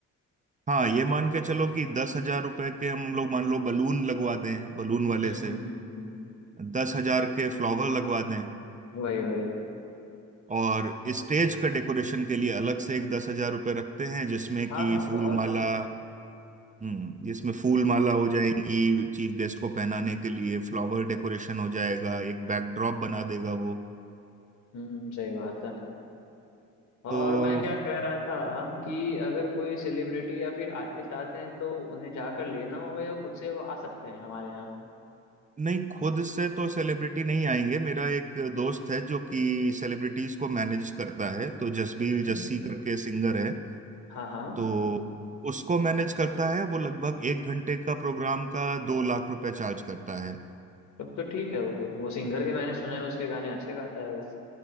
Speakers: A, on the right; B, on the left.
A: हाँ ये मान के चलो कि दस हजार रुपये के हम लोग मान लो बलून लगवा दें बलून वाले
B: हम्म
A: से
B: हम्म हम्म हम्म, हम्म।
A: दस हजार के फ्लावर लगवा दें
B: वही वही
A: और स्टेज का डेकोरेशन के लिए अलग से एक दस हजार रुपये रखते हैं जिसमें
B: हाँ
A: कि
B: हाँ
A: फूल
B: बहुत
A: माला
B: है वो
A: हम्म जिसमें फूल
B: हम्म
A: माला हो जाएंगी चीफ गेस्ट को पहनाने के लिए फ्लावर डेकोरेशन हो जाएगा एक बैकड्रॉप बना देगा वो
B: हम्म, सही बात है और
A: तो
B: मैं क्या कह रहा था कि अगर कोई सेलिब्रिटी या फिर आर्टिस्ट आते हैं तो उन्हें जाकर लेना होगा या खुद से वो आ सकते हैं हमारे
A: नहीं खुद से तो सेलिब्रिटी नहीं आएंगे मेरा एक दोस्त है जो कि सेलिब्रिटीज को मैनेज करता है तो जसबीर
B: यहाँ
A: जस्सी करके सिंगर है
B: हाँ हाँ
A: तो उसको मैनेज करता है वो लगभग एक घंटे का प्रोग्राम का दो लाख रुपए चार्ज करता है
B: तब तो ठीक है वो फिर वो सिंगर भी मैंने सुना है उसके गाने अच्छे गाता है वो